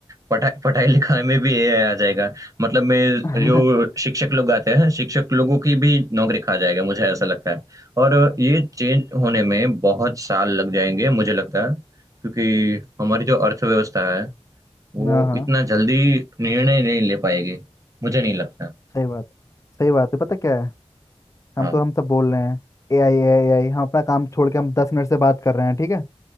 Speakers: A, on the right; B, on the left.
A: पढ़ाई पढ़ाई लिखाई में भी एआई आ जाएगा मतलब मैं
B: <laughs> हाँ
A: जो शिक्षक लोग आते हैं शिक्षक लोगों की भी नौकरी खा जाएगा मुझे ऐसा लगता है और ये चेंज होने में बहुत साल लग जाएंगे मुझे लगता है क्योंकि हमारी जो अर्थव्यवस्था है वो
B: हाँ
A: इतना जल्दी निर्णय नहीं ले पाएगी मुझे नहीं लगता
B: सही बात है सही बात है पता क्या है
A: हाँ
B: हम तो हम सब बोल रहे हैं ए आई ए आई हम अपना काम छोड़ के हम दस मिनट से बात कर रहे हैं ठीक है